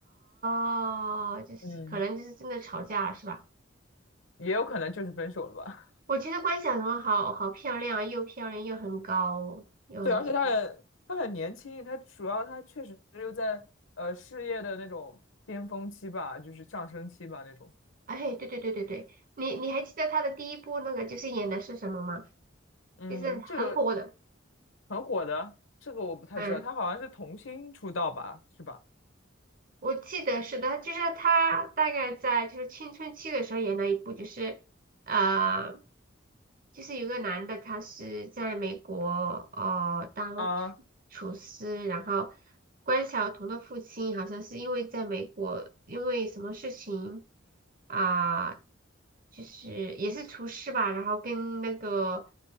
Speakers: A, on the right (about 45°); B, on the left (about 80°).
A: 哦，就是可能就是真的吵架了是吧？
B: 的嗯，也有可能就是分手了吧。
A: 我觉得关晓彤好好漂亮啊又漂亮又很高又很出名
B: <laughs> 对，而且他很他很年轻，他主要他确实又在呃事业的那种巅峰期吧，就是上升期吧那种。
A: 哎，对对对对对，你你还记得她的第一部那个就是演的是什么吗？
B: 嗯，
A: 就是很火的，
B: 这个很火的，这个我不太知道，
A: 嗯。
B: 他好像是童星出道吧，是吧？
A: 我记得是的，就是他大概在就是青春期的时候演了一部，就是啊、呃就是有个男的，他是在美国呃当厨厨师，
B: 啊，
A: 然后关晓彤的父亲好像是因为在美国因为什么事情啊、就是也是厨师吧，然后跟那个